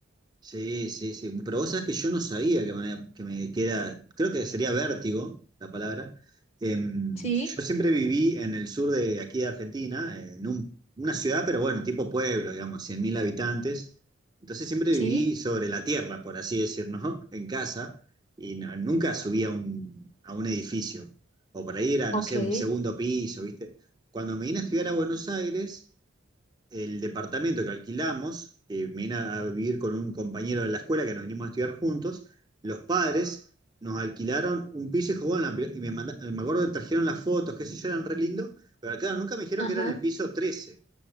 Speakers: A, on the right (about 20°); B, on the left (about 35°).
A: Sí, sí, sí. Pero vos sabés que yo no sabía que me, que me queda, creo que sería vértigo la palabra. Em,
B: Sí,
A: yo siempre viví en el sur de aquí de Argentina, en un- una ciudad, pero bueno, tipo pueblo, digamos, 100.000 habitantes. Entonces siempre
B: sí,
A: viví sobre la tierra, por así decir, ¿no? <laughs> En casa, y no- nunca subí a un, a un edificio. O por ahí era,
B: Ok.
A: no sé, un segundo piso, ¿viste? Cuando me vine a estudiar a Buenos Aires el departamento que alquilamos, que me vine a vivir con un compañero de la escuela que nos vinimos a estudiar juntos, los padres nos alquilaron un piso y dijo, bueno, la- y me, manda- me acuerdo que trajeron las fotos, qué sé yo, eran re lindo, pero claro, nunca me dijeron
B: ajá,
A: que era en el piso trece